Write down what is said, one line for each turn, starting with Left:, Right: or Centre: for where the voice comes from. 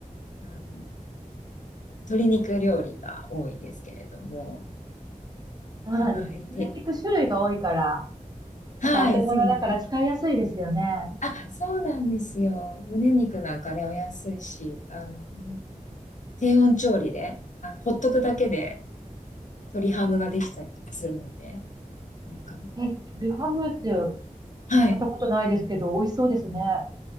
Left: あの、鶏肉料理が多いですけれども、
Right: そうなんですね。
Left: はい、
Right: 鶏肉種類が多いから、
Left: ではい、
Right: またお手頃だから使いやすいですよね。
Left: そうなんです。あ、そうなんですよ。胸肉なんかね、お安いし、あの、低温調理で、あの、ほっとくだけで鶏ハムができたりとかするので、なんか、
Right: え、鶏ハムってやっ
Left: はい。
Right: たことないですけど、美味しそうですね。